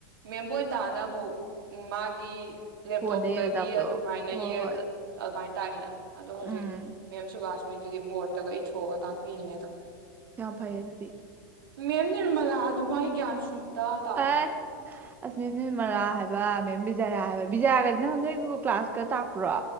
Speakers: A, on the right; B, on the right.
A: ꯃꯦꯝꯕꯇꯥꯥꯅ ꯑꯃꯨꯛ ꯃꯥꯒꯤ ꯂꯦꯞꯇꯣꯞꯇꯒꯤ
B: ꯐꯣꯟꯗ ꯌꯦꯡꯉ ꯇꯥꯛꯄꯗꯣ
A: ꯑꯗꯨꯃꯥꯏꯅ
B: ꯍꯣꯏ
A: ꯌꯦꯛ
B: ꯍꯣꯏ
A: ꯑꯗꯨꯃꯥꯏ ꯇꯥꯏꯅ ꯑꯗꯣ ꯍꯧꯖꯤꯛ
B: ꯎꯝ
A: ꯃꯦꯝ ꯁꯨꯕꯥꯁ <unintelligible> ꯇꯒ ꯏꯊꯣꯛꯑꯒ ꯇꯥꯛꯄꯤꯅꯦ ꯑꯗꯣ
B: ꯌꯥꯝ ꯐꯩꯌꯦ ꯑꯗꯨꯗꯤ
A: <unintelligible> ꯒꯌꯥꯟ ꯁꯨꯨꯝꯇꯥ ꯇꯥꯗꯦ
B: ꯑꯦ ꯑꯁ ꯃꯦꯝ ꯅꯤꯔꯃꯥꯂꯥ ꯍꯥꯏꯕ ꯃꯦꯝ ꯕꯤꯖꯌꯥ ꯍꯥꯏꯕ ꯕꯤꯖꯌꯥꯒꯗꯤ ꯅꯪ ꯅꯣꯏꯗꯨꯕꯨ ꯀ꯭ꯂꯥꯁꯀ ꯇꯥꯛꯄ꯭ꯔꯣ